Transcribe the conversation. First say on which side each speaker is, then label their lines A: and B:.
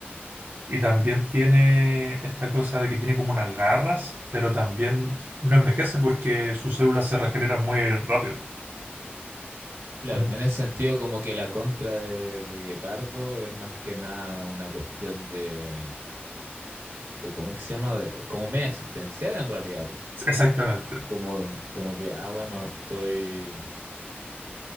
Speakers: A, on the right; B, on the right.
A: Y también tiene esta cosa de que tiene como unas garras, pero también no envejece porque sus células se regeneran muy rápido.
B: Claro,
A: Mm,
B: en ese sentido como que la contra de, de Guepardo es más que nada una cuestión de, de ¿cómo que se llama? De, como media existencial en realidad, po.
A: Exactamente.
B: Como, como que, ah, bueno, estoy,